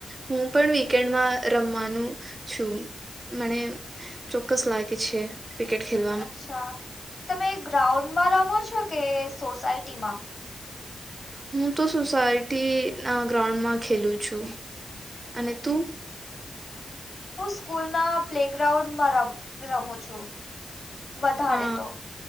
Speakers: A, on the right; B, on the left.
A: હું પણ વીકેન્ડમાં રમવાનું છું મણે ચોક્કસ લાગે છે. ક્રિકટ ખેલ
B: અચ્છા તમે ગ્રાઉન્ડમાં રમો છો કે સોસાયટી માં?
A: હું તો સોસાયટી ના ગ્રાઉન્ડમાં ખેલું છું અને તું?
B: હું સ્કૂલ ના પ્લે ગ્રાઉન્ડમાં રમ રમું છું વધારે
A: અ
B: તો.